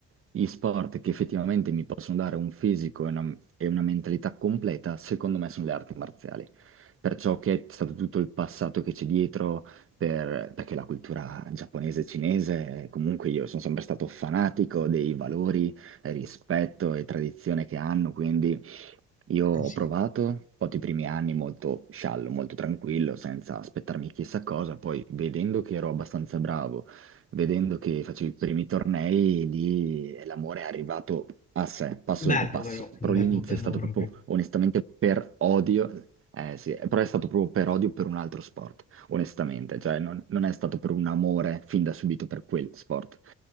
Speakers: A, on the right; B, on the left.
A: gli sport che effettivamente mi possono dare un fisico e una, e una mentalità completa, secondo me sono le arti marziali. Perciò che è stato tutto il passato che c'è dietro, per- perché la cultura giapponese e cinese, eh, comunque io sono sempre stato fanatico dei valori, eh, rispetto e tradizione che hanno, quindi... Io ho
B: Eh sì.
A: provato, ho fatto i primi anni molto sciallo, molto tranquillo, senza aspettarmi chissà cosa, poi vedendo che ero abbastanza bravo, vedendo che facevo i primi tornei, lì l'amore è arrivato a sé, passo
B: Bello
A: dopo passo.
B: però, bello,
A: Però l'inizio
B: bello
A: è stato
B: proprio.
A: proprio onestamente per odio, eh sì, però è stato proprio per odio per un altro sport onestamente, cioè non, non è stato per un amore fin da subito per quel sport,